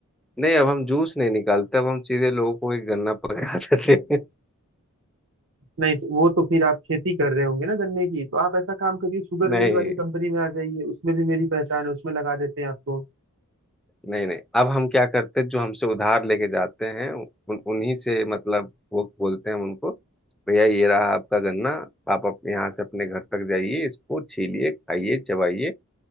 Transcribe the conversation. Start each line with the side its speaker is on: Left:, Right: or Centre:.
Centre: नहीं अब हम जूस नहीं निकालते अब हम सीधे लोगों को एक गन्ना पकड़ा देते हैं <laughs>
Right: नहीं तो वो तो फिर आप खेती कर रहे होंगे ना गन्ने की तो आप ऐसा काम करिए शुगर
Centre: नहीं
Right: मिल वाली कंपनी में आ जाइए उसमें भी मेरी पहचान है उसमें लगा देते हैं आपको
Centre: नहीं नहीं अब हम क्या करते हैं जो हमसे उधार लेके जाते हैं उन उन्हीं से मतलब वो बोलते हैं हम उनको भैया ये रहा आपका गन्ना आप अपने यहाँ से अपने घर तक जाइए इसको छीलिए खाइए चबाइए